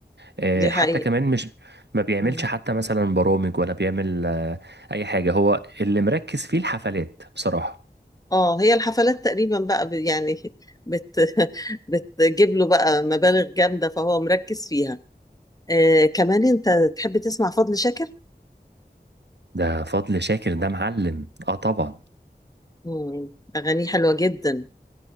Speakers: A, on the right (about 80°); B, on the left (about 20°).
A: آه،
B: دي
A: حتى
B: حقيقة
A: كمان مش ما بيعملش
B: مم.
A: حتى مثلا برامج ولا بيعمل آه، أي حاجة هو اللي مركز فيه الحفلات بصراحة
B: اه هي الحفلات تقريبا بقى ب- يعني بت <laughs> بتجيب له بقى مبالغ جامدة فهو مركز فيها آه كمان انت تحب تسمع فضل شاكر
A: ده فضل شاكر ده معلم اه طبعا
B: مم. أغانيه حلوة جدا